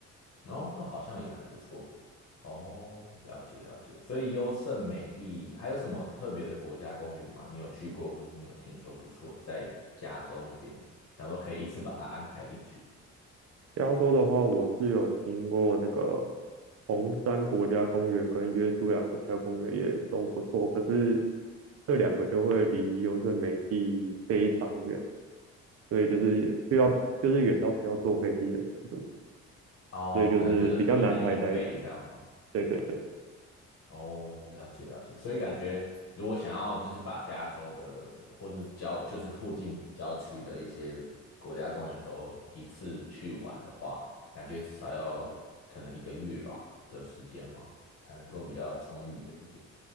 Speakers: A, on the left; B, on the right.
A: 哦，那好像也还不错。哦，了解了解。所以优胜美地还有什么特别的国家公园吗？你有去过，或者是你有听说不错的，在加州那边，想说可以一次把它安排进去。
B: 加州的话，我是有听过那个红山国家公园跟约书亚国家公园也都不错，可是这两个就会离优胜美地非常远，所以就是也需要就是远到需要坐飞机的程度，
A: 哦，
B: 所以就是比较难排在一起。
A: 可能就是一南一北这样吗？
B: 对对对，
A: 哦，了解了解，所以感觉如果想要就是把加州的或是郊就是附近郊区的一些国家公园都一次去玩的话，感觉至少要可能一个月吧的时间嘛，才能够比较充裕的一点。